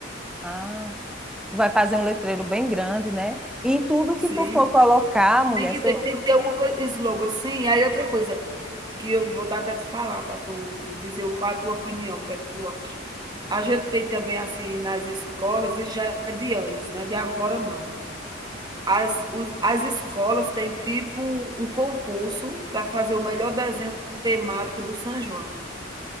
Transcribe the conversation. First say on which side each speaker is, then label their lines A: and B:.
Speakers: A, in the centre; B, on the right.
A: Ah. vai fazer um letreiro bem grande, né? E em tudo que
B: Sim.
A: tu for colocar, mulher,
B: Tem que
A: seu...
B: ter, tem que ter um slogan assim. E aí outra coisa que eu vou tá até te falar para tu dizer qual a tua opinião, o que é que tu acha. A gente tem também assim nas escolas, isso já é de anos, né? De agora não. As, os- as escolas têm tipo um concurso para fazer o melhor desenho temático do São João.